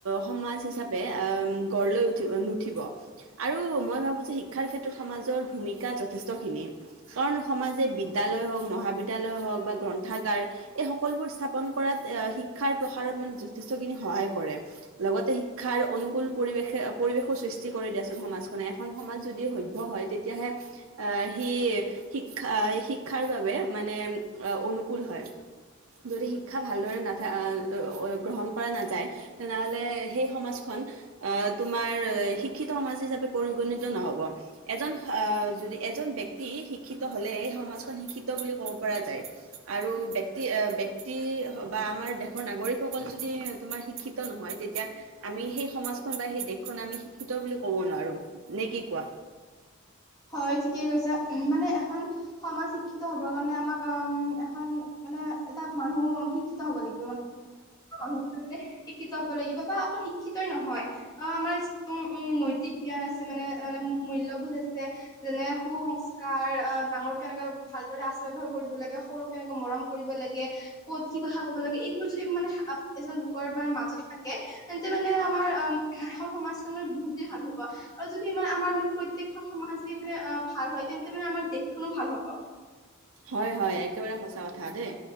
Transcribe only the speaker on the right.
সমাজ হিচাপে আহ গঢ় লৈ উঠি নুঠিব। আৰু মই ভাবোঁ যে শিক্ষাৰ ক্ষেত্ৰত সমাজৰ ভূমিকা যথেষ্টখিনি। কাৰণ সমাজে বিদ্য়ালয় হওক মহাবিদ্যালয় হওক বা। গ্ৰন্থাগাৰ এই সকলোবোৰ স্থাপন কৰাত শিক্ষাৰ প্ৰসাৰত মানে যথেষ্টখিনি সহায় কৰে। লগতে শিক্ষাৰ অনুকুল পৰিৱেশে পৰিৱেশো সৃষ্টি কৰি দিয়াচোন সমাজখনে এখন সমাজ যদি সভ্য হয় তে। তেতিয়াহে আহ সি শিক্ষা শিক্ষাৰ বাবে মানে। <unintelligible> অনুকূল হয়। যদি শিক্ষা ভালদৰে নাথা গ্ৰহণ কৰা নাযায়, তেনেহ'লে সেই সমাজখন অ' তোমাৰ শিক্ষিত সমাজ হিচাপে পৰিগণিত নহ'ব। এজন অ' যদি এজন ব্যক্তি শিক্ষিত হ'লে সমাজখন শিক্ষিত বুলি ক'ব পৰা যায়। আৰু বক্তি এ ব্যক্তি বা আমাৰ দেশ দেশৰ নাগৰিকসকল যদি তোমাৰ শিক্ষিত নহয়। তেতিয়া আমি সেই সমাজখন বা সেই দেশখন আমি শিক্ষিত বুলি ক'ব নোৱাৰোঁ। নে কি কোৱা?
হয় হয়, একেবাৰে সঁচা কথা দেই।